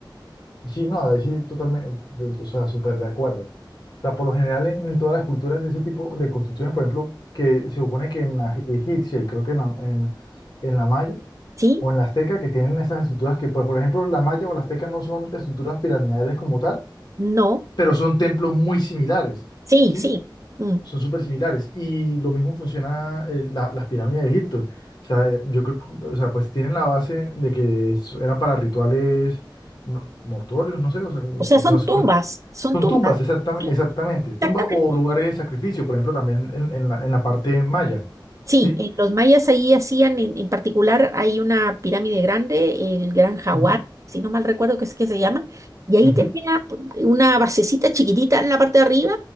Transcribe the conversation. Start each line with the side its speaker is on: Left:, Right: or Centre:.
Left: Sí, no, ahí sí, totalmente, de- o sea, súper de acuerdo. O sea, por lo general en, en todas las culturas ese tipo de construcciones, por ejemplo, que se supone que en la e- egipcia y creo que en la, en, en la maya
Right: ¿sí?
Left: o en la azteca que tienen esas estructuras que, pues, por ejemplo, la maya o la azteca no son estructuras piramidales como tal,
Right: No.
Left: pero son templos muy similares,
Right: Sí,
Left: ¿sí?
Right: sí. mm.
Left: Son súper similares. Y lo mismo funciona eh, la- las pirámides de Egipto. O sea, eh, yo creo, que- o sea, pues tienen la base de que es- eran para rituales mo- mortuorios, no sé, o sea, como-
Right: O sea,
Left: no
Right: son
Left: sé,
Right: tumbas,
Left: creo que
Right: son
Left: son
Right: tumbas.
Left: tumbas, exactamente,
Right: Sí,
Left: exactamente. Tumbas
Right: exactamente.
Left: o lugares de sacrificio, por ejemplo, también en, en la, en la parte maya.
Right: Sí,
Left: ¿Sí?
Right: eh, los mayas ahí hacían, en, en particular, hay una pirámide grande, el Gran Jaguar,
Left: Ujú,
Right: si no mal recuerdo que es que se llama, y ahí
Left: ujú.
Right: tenía p- una basecita chiquitita en la parte de arriba,